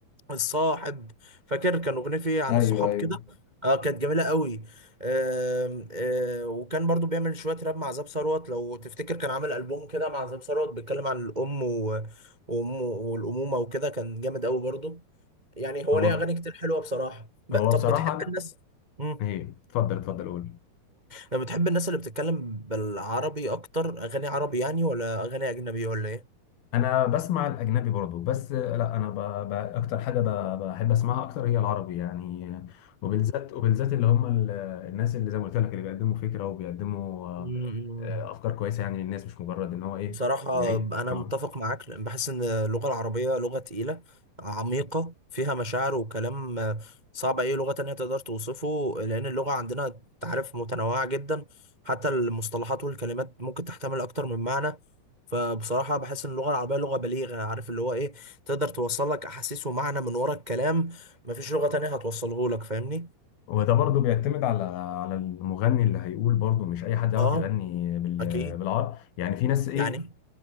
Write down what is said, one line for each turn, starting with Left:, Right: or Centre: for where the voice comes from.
Right: الصاحب فاكر كان اغنيه فيه عن
Left: ايوه
Right: الصحاب
Left: ايوه
Right: كده اه كانت جميله قوي آم، آه، وكان برضو بيعمل شويه راب مع زاب ثروت لو تفتكر كان عامل البوم كده مع زاب ثروت بيتكلم عن الام و- وأم- والامومه وكده كان جامد قوي برضو يعني هو
Left: هو
Right: ليه اغاني كتير حلوه بصراحه ب...
Left: هو
Right: طب
Left: بصراحه
Right: بتحب
Left: أنا-
Right: الناس امم
Left: ايه اتفضل اتفضل قول
Right: طب بتحب الناس اللي بتتكلم بالعربي اكتر اغاني عربي يعني ولا اغاني اجنبي ولا ايه
Left: انا بسمع الاجنبي برضو بس لا انا ب... ب... اكتر حاجه ب... بحب اسمعها اكتر هي العربي يعني وبالذات وبالذات اللي هم ال... الناس اللي زي ما قلت لك اللي بيقدموا فكره وبيقدموا آه،
Right: امم
Left: آه، افكار كويسه يعني للناس مش مجرد ان هو ايه
Right: بصراحة
Left: يعيق
Right: أنا
Left: اه
Right: متفق معاك لأن بحس إن اللغة العربية لغة تقيلة عميقة فيها مشاعر وكلام صعب أي لغة تانية تقدر توصفه لأن اللغة عندنا تعرف متنوعة جدا حتى المصطلحات والكلمات ممكن تحتمل أكتر من معنى فبصراحة بحس إن اللغة العربية لغة بليغة عارف اللي هو إيه تقدر توصل لك أحاسيس ومعنى من ورا الكلام مفيش لغة تانية هتوصله لك فاهمني؟
Left: وده برضو بيعتمد على على المغني اللي هيقول برضو مش اي حد يعرف
Right: آه
Left: يغني بال...
Right: أكيد
Left: بالعربي يعني في ناس ايه
Right: يعني